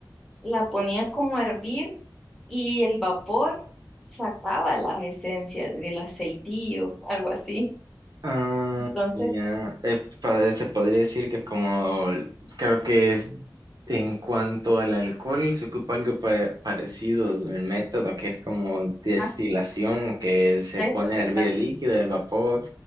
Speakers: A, in the centre; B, on the right (about 55°).
A: la ponía como a hervir y el vapor sacaba las esencias del aceitillo, algo así.
B: Ah,
A: Entonces,
B: ya. Eh, pa- se podría decir que es como, creo que es en cuanto al alcohol, se ocupa algo pa- parecido, el método que es como destilación,
A: ah,
B: que se
A: eso,
B: pone a
A: exacto.
B: hervir el líquido, el vapor,